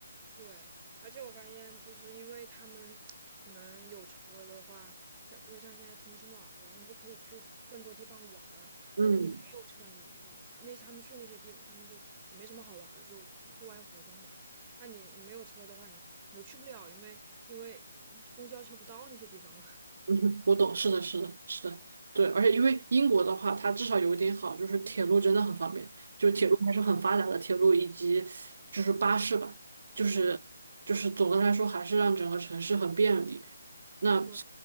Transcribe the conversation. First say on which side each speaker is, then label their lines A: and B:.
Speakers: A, on the right; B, on the right.
A: 对，而且我发现，就是因为他们可能有车的话，像特别像现在天气暖和，你就可以去更多地方玩儿。
B: 嗯
A: 但是你没有车，你你那他们去那些地方，他们就也没什么好玩儿，就户外活动嘛。那你你没有车的话，你你都去不了，因为因为公交车不到那些地方。<laughs>
B: 嗯 <laughs> 我懂，是的，是的，是的，对，而且因为英国的话，它至少有一点好，就是铁路真的很方便，就铁路还是很发达的，
A: 对，
B: 铁路以及就是巴士吧，就是就是总的来说还是让整个城市很便利。
A: 嗯，
B: 那
A: 对。